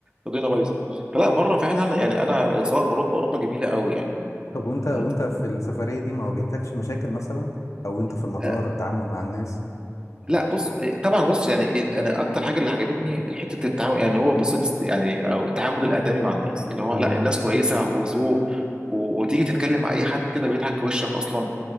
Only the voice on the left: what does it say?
طب وانت وانت
في السفرية دي ما واجهتكش مشاكل مثلا او وانت في المطار
التعامل مع الناس
مم.